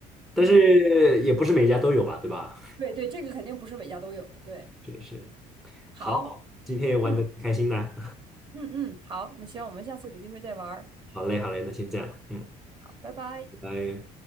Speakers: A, on the right (about 30°); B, in the centre.
A: 嗯，
B: 但是也不是每家都有吧，对吧？
A: 对对，这个肯定不是每家都有，对，
B: 是是。
A: 好，
B: 好，今天也玩的挺开心的啊
A: 嗯嗯嗯，好，那希望我们下次有机会再玩儿，
B: <laughs>，好嘞，好嘞，那先这样，嗯，
A: 好，拜拜。
B: 拜拜。